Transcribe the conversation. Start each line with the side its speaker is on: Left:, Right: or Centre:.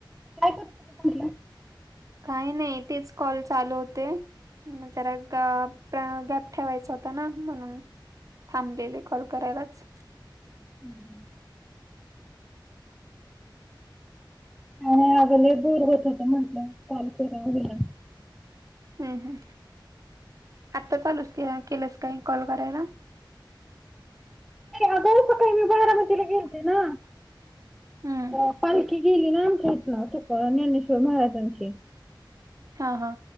Centre: काय करत होतीस म्हटली?
Right: काही नाही, तेच कॉल चालू होते. जरा ग गॅप ठेवायच होत ना, म्हणून. थांबलेले कॉल करायलाच.
Centre: हम्म. काही नाही अगं, लई बोर होत होतं. म्हंटलं काॅल करावा हिला.
Right: हम्. हम्. आता चालूसं केलंस का? कॉल करायला.
Centre: अगं, सकाळी मी बारामतीला गेलते ना.
Right: हम्म
Centre: अ पालखी गेली ना आमच्या इथनं, तुका ज्ञानेश्वर महाराजांची.
Right: हा. हा.